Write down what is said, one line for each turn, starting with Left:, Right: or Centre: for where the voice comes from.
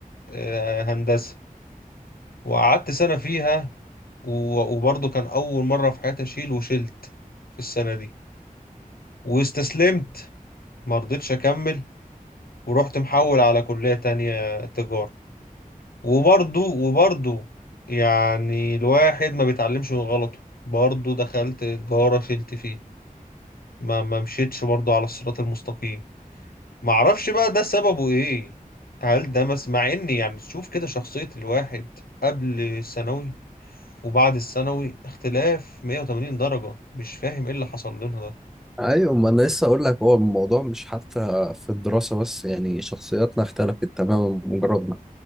Left: آه، هندسة وقعدت سنة فيها و- وبرضه كان أول مرة في حياتي أشيل وشلت في السنة دي واستسلمت مرضتش أكمل ورحت محول على كلية تانية تجارة وبرضه وبرضه يعني الواحد ما بيتعلمش من غلطه برضه دخلت تجارة شلت فيه ما ما مشيتش برضه على الصراط المستقيم معرفش بقى ده سببه إيه هل ده مس مع إني يعني تشوف كده شخصية الواحد قبل ثانوي وبعد الثانوي اختلاف 180 درجة مش فاهم ايه اللي حصل لنا ده
Centre: ايوه ما انا لسه اقول لك هو الموضوع مش حتى في الدراسه بس يعني شخصياتنا اختلفت تماما مجرد ما